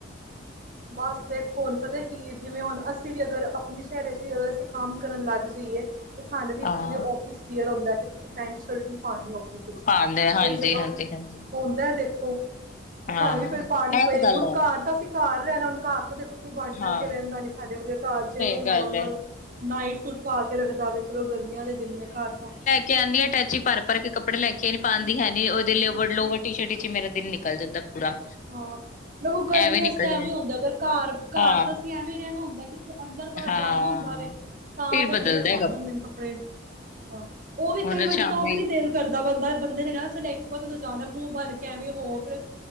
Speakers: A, on the right; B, on the left.
A: ਬਸ ਦੇਖੋ ਹੁਣ ਪਤਾ ਕੀ ਏ, ਜਿਵੇਂ ਹੁਣ ਅ ਉੱਥੇ ਵੀ ਅਗਰ, ਆਪਣੇ ਸ਼ਹਿਰ 'ਚ ਵੀ ਅਗਰ ਅਸੀਂ ਕੰਮ ਕਰਨ ਲੱਗ ਜਾਈਏ, ਤਾਂ ਸਾਨੂੰ ਵੀ
B: ਹਾਂ
A: ਜਿਵੇਂ ਆਫਿਸ ' ਵੀਅਰ ਹੁੰਦੈ ਕਿ ਤੁਸੀਂ ਪੈਂਟ ਸ਼ਰਟ ਹੀ ਪਾਨੀ ਹੋ
B: ਪਾਂਦੇ ਹਾਂਜੀ
A: ਕਈ ਜਗ੍ਹਾ
B: ਹਾਂਜੀ ਹਾਂਜੀ
A: ਹੁੰਦਾ ਐ ਦੇਖੋ! ਤੇ
B: ਹਾਂ
A: ਸਾਨੂੰ ਵੀ ਫੇਰ ਪਾਣੀ
B: ਇਹ
A: ਪਏਗੀ
B: ਤਾਂ ਗੱਲ
A: ਹੁਣ
B: ਹੈ
A: ਘਰ ਤਾਂ ਅਸੀਂ ਘਰ ਰਹਿਣਾ, ਹੁਣ ਘਰ ਤਾਂ ਦੇਖੋ ਕੋਈ ਬਣ-ਠਣ
B: ਹਾਂ
A: ਕੇ ਰਹਿੰਦਾ ਨੀ, ਸਾਡੇ ਵਰਗੇ ਘਰ ਜਿਵੇਂ
B: ਸਹੀ
A: ਨੋਰਮਲ
B: ਗੱਲ ਹੈ।
A: ਨਾਈਟ ਸੂਟ ਪਾ ਕੇ ਰੱਖਦਾ ਵੇ ਚਲੋ ਗਰਮੀਆਂ ਦੇ ਦਿਨ ਨੇ ਘਰ ਤਾਂ
B: ਕਹਿੰਨੀ ਆ ਅਟੈਚੀ ਭਰ-ਭਰ ਕੇ ਕੱਪੜੇ ਲੈ ਕੇ ਆਈ, ਪਾਂਦੀ ਹੈ ਨੀ। ਉਹਦੇ ਲੋਵਰ ਟੀ ਸ਼ਰਟ ਇਚ ਮੇਰਾ ਦਿਨ ਨਿਕਲ ਜਾਂਦਾ ਪੂਰਾ।
A: ਹਾਂ, ਦੇਖੋ ਗਰਮੀਆਂ
B: ਐਵੇਂ ਨਿਕਲ
A: ਚ ਤਾਂ
B: ਜਾਂਦਾ
A: ਐਵੇਂ ਹੁੰਦੈ ਅਗਰ ਘਰ, ਘਰ
B: ਹਾਂ
A: ਤਾਂ ਅਸੀਂ ਐਵੇਂ ਰਹਿਣਾ ਹੁੰਦੈ। ਅੰਦਰ-ਬਾਹਰ
B: ਹਾਂ
A: ਜਾਣਾ ਹੁੰਦਾ ਵੇ, ਤਾਂ
B: ਫਿਰ
A: ਬੰਦੇ
B: ਬਦਲਦਾ
A: ਨੇ ਪਾਣੇ ਹੁੰਦੇ ਨੇ ਕੱਪੜੇ। ਹਾਂ, ਉਹ ਵੀ ਕਈ
B: ਹੁਣ
A: ਵਾਰੀ
B: ਸ਼ਾਮੀ
A: ਤਾਂ ਉਹ ਵੀ ਨੀ ਦੇ ਕਰਦਾ ਬੰਦਾ, ਬੰਦੇ ਨੇ ਕਹਿਣਾ ਚਲ ਇੱਕ ਵਾਰ ਜਾਣਾ ਮੂੰਹ ਭਰ ਕੇ ਐਵੇਂ ਹੋ ਫੇਰ।